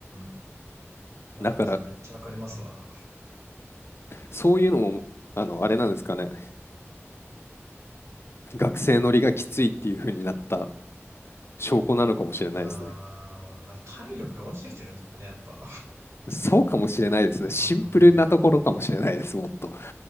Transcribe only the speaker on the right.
ん。あ、
でもそれめっちゃわかりますわ。
あー、なんか体力が落ちてきてるんですかね、やっぱ。
うん。